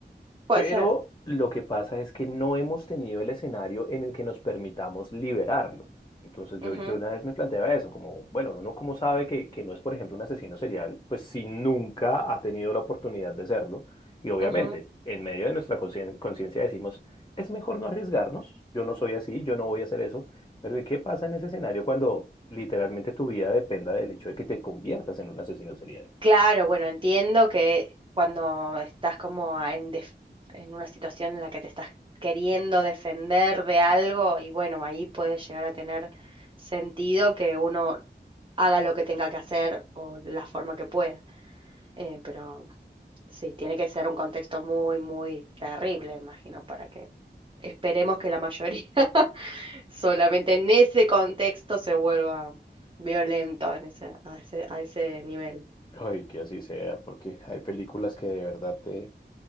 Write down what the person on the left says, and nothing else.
pero
lo que pasa es que no hemos tenido el escenario en el que nos permitamos liberarlo. Entonces yo,
yo una vez me planteaba eso, como, bueno, uno cómo sabe que, que no es, por ejemplo, un asesino serial, pues si nunca ha tenido la oportunidad de serlo. Y obviamente,
en medio de nuestra conciencia conciencia decimos, es mejor no arriesgarnos, yo no soy así, yo no voy a hacer eso, pero ¿y qué pasa en ese escenario cuando literalmente tu vida dependa del hecho de que te conviertas en un asesino serial?
Ay, que así sea, porque hay películas que de verdad te,